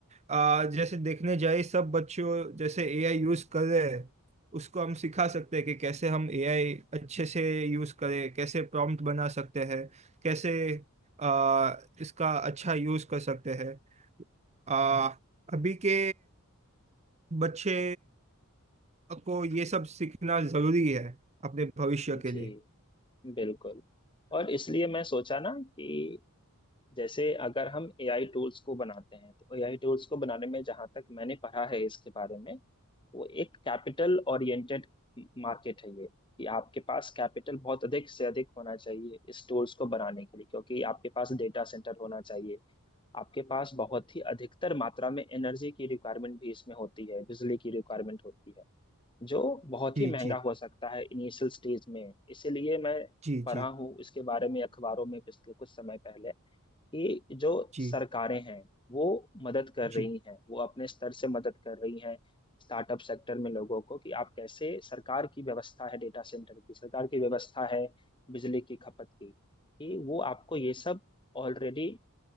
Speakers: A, on the right; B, on the left.
A: आ, जैसे देखने जाए सब बच्चों जैसे एआई यूज कर रहे हैं उसको हम सिखा सकते हैं कि कैसे हम एआई अच्छे से यूज करें कैसे प्रॉम्प्ट बना सकते हैं कैसे आ, इसका अच्छा यूज कर सकते हैं आ, अभी के बच्चे को ये सब सीखना जरूरी है अपने भविष्य
B: जी
A: के लिए
B: बिल्कुल और इसलिए मैं सोचा ना कि जैसे अगर हम एआई टूल्स को बनाते हैं तो एआई टूल्स को बनाने में जहां तक मैंने पढ़ा है इसके बारे में वो एक कैपिटल ओरिएंटेड मार्केट है ये कि आपके पास कैपिटल बहुत अधिक से अधिक होना चाहिए इस टूल्स को बनाने के लिए क्योंकि आपके पास डेटा सेंटर होना चाहिए आपके पास बहुत ही अधिकतर मात्रा में एनर्जी की रिक्वायरमेंट भी इसमें होती है बिजली की रिक्वायरमेंट होती है जो बहुत
A: जी
B: ही महंगा
A: जी
B: हो सकता है इनिशियल स्टेज में इसीलिए मैं
A: जी
B: पढ़ा
A: जी
B: हूँ इसके बारे में अखबारों में पिछले कुछ समय पहले कि जो
A: जी
B: सरकारें हैं वो मदद कर
A: जी
B: रही हैं वो अपने स्तर से मदद कर रही हैं स्टार्टअप सेक्टर में लोगों को कि आप कैसे सरकार की व्यवस्था है डेटा सेंटर की सरकार की व्यवस्था है बिजली की खपत की कि वो आपको ये सब ऑलरेडी